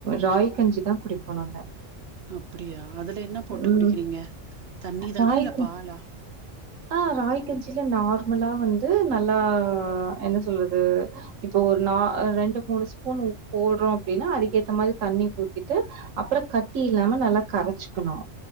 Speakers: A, on the right; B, on the right.
A: ராகி கஞ்சிதான் குடிப்போம் நாங்க
B: <unintelligible> அப்படியா அதுல என்ன போட்டு
A: ம்
B: குடிக்கிறீங்க தண்ணி தானா
A: ராகி
B: இல்ல பாலா
A: ஆ ராகி கஞ்சில நார்மலா வந்து நல்லா என்ன சொல்றது இப்ப ஒரு நா ரெண்டு மூணு ஸ்பூன் போடுறோம் அப்படின்னா அதுக்கேத்த மாரி தண்ணி ஊத்திட்டு அப்புறம் கட்டி இல்லாம நல்லா கரைச்சுக்கணும்